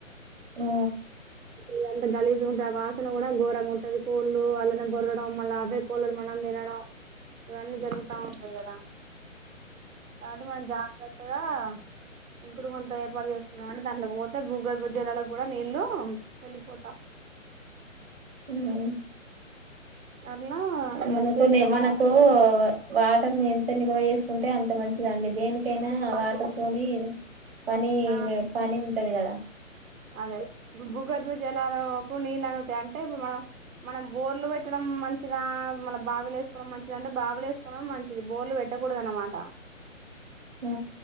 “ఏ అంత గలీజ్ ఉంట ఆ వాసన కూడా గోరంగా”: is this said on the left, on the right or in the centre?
Right